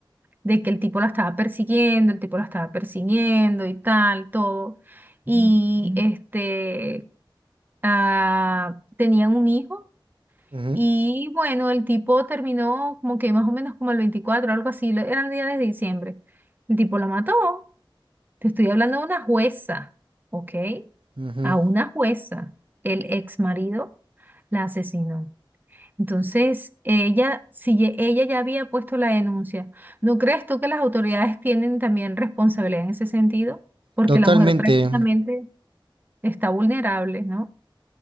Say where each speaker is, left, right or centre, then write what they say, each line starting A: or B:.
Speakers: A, on the right (about 20°); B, on the right (about 75°).
A: De que el tipo la estaba persiguiendo, el tipo la estaba persiguiendo y tal, todo. Y Ujú. este, ah, tenían un hijo.
B: ujú,
A: Y bueno, el tipo terminó como que más o menos como el 24 algo así, lo- era el día de diciembre. El tipo lo mató. Te estoy hablando de una jueza, ¿ok?
B: ujú,
A: A una jueza, el ex marido la asesinó. Entonces, ella, si ye- ella ya había puesto la denuncia, ¿no crees tú que las autoridades tienen también responsabilidad en ese sentido? Porque
B: totalmente,
A: la mujer prácticamente está vulnerable, ¿no?